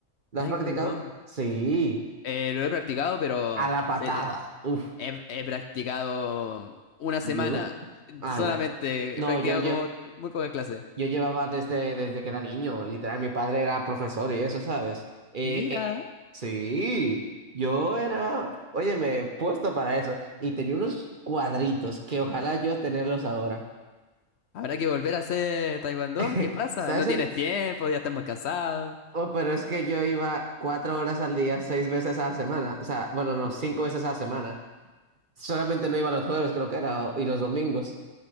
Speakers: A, on the right; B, on the left.
A: ¿Lo
B: Taekwondo.
A: has practicado? Sí,
B: Eh, lo he practicado, pero
A: a la patada.
B: eh,
A: Uf,
B: he, he practicado una semana.
A: ¿judo? Ah,
B: Solamente
A: ya. No,
B: he practicado
A: yo llevo.
B: como muy pocas clases.
A: Yo llevaba desde, desde que era niño, literal, mi padre era profesor y eso, ¿sabes? Eh,
B: Mira.
A: eh, sí, yo era, oye, me he puesto para eso y tenía unos cuadritos que ojalá yo tenerlos ahora.
B: Habrá que volver a hacer taekwondo.
A: <laughs>
B: ¿Qué pasa?
A: ¿Sabes
B: No
A: el...?
B: tienes tiempo, ya estamos cansados.
A: Oh, pero es que yo iba cuatro horas al día, seis veces a la semana, o sea, bueno, no,
B: Oh,
A: cinco veces a la semana. Solamente no iba los jueves, creo que era, o- y los domingos.